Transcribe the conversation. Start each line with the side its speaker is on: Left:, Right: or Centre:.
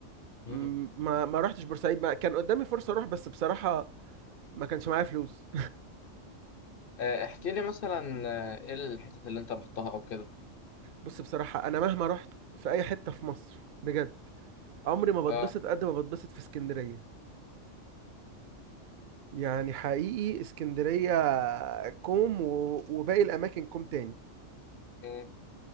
Left: مم.
Right: م- ما ما روحتش بورسعيد ما كان قدامي فرصه اروح بس بصراحه ما كانش معايا فلوس
Left: آه، احكي لي مثلا آه، ايه الحتت اللي انت رحتها او كده
Right: <laughs> بص بصراحه انا مهما رحت في اي حته في مصر بجد عمري ما بتبسط
Left: اه
Right: قد ما بتبسط في اسكندرية يعني حقيقي اسكندرية كوم و- وباقي الأماكن كوم تاني
Left: مم.